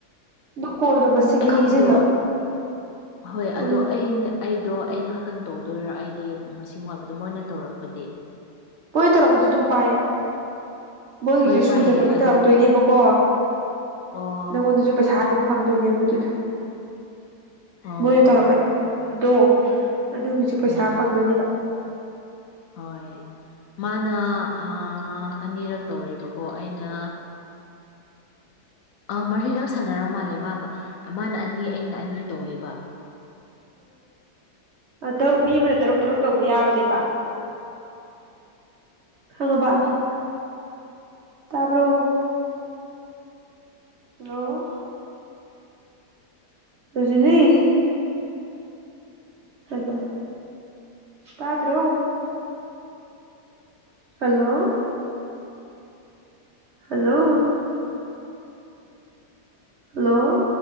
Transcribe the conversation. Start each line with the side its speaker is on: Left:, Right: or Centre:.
Right: ꯇꯧꯔ ꯀꯣꯜꯗꯣ ꯃꯁꯤꯡ
Left: ꯑꯩꯗꯣ
Right: ꯈꯪꯖꯤꯜꯂꯣ
Left: ꯍꯣꯏ ꯑꯗꯣ
Right: ꯎꯝ
Left: ꯑꯩꯅ ꯑꯩꯗꯣ ꯑꯩꯅ ꯈꯥꯛꯇꯪ ꯇꯧꯗꯣꯏꯔ ꯑꯩꯒꯤ ꯃꯁꯤꯡ ꯋꯥꯠꯄꯗꫭ ꯃꯣꯏꯅ ꯇꯧꯔꯛꯄꯗꯤ
Right: ꯃꫭꯏꯅꯥ ꯇꯔꯛꯄꯁꯨ ꯑꯗꯨꯝ ꯄꯥꯌ‌ꯦ ꯃꯣꯏꯒꯤꯁꯨ
Left: ꯍꯣꯏ ꯄꯥꯏꯌꯦ
Right: ꯁꯨꯗꯕꯒꯤ
Left: ꯑꯗꯣ
Right: ꯇꯧꯔꯛꯇꯣꯏꯅꯦꯕꯀꯣ
Left: ꯑꯣ
Right: ꯅꯪꯉꯣꯟꯗꯁꯨ ꯄꯩꯁꯥ ꯑꯗꯨꯝ ꯐꯪ ꯑꯗꯨꯅꯦꯕ ꯑꯗꯨꯗ
Left: ꯑꯣ
Right: ꯃꯣꯏꯅ ꯇꯧꯔꯛꯄꯗꯣ ꯑꯗꯨꯒꯤꯁꯨ ꯄꯩꯁꯥ
Left: ꯎꯝ ꯎꯝ
Right: ꯐꯪꯗꯣꯏꯅꯦꯕ
Left: ꯍꯣꯏ ꯃꯥꯅ ꯑꯥ ꯑꯅꯤꯔꯛ ꯇꯧꯔꯦꯕꯀꯣ ꯑꯩꯅ ꯑꯥ ꯃꯔꯤꯔꯛ ꯁꯥꯟꯅꯔꯝ ꯃꯥꯜꯂꯦ ꯃꯥꯒ ꯃꯥꯅ ꯑꯅꯤ ꯑꯩꯅ ꯑꯅꯤ ꯇꯧꯋꯦꯕ
Right: ꯑꯣ ꯇꯔꯨꯛ ꯃꯤ ꯑꯃꯅ ꯇꯔꯨꯛ ꯇꯔꯨꯛ ꯇꯧꯕ ꯌꯥꯕꯅꯦꯕ ꯈꯉꯕ ꯇꯕꯔꯣ ꯍꯜꯂꫭ ꯍꯧꯖꯤꯅꯤ <unintelligible> ꯍꯩꯄꯥ ꯇꯗꯔꫭ ꯍꯜꯂꯣ ꯍꯜꯂꯣ ꯍꯜꯂꯣ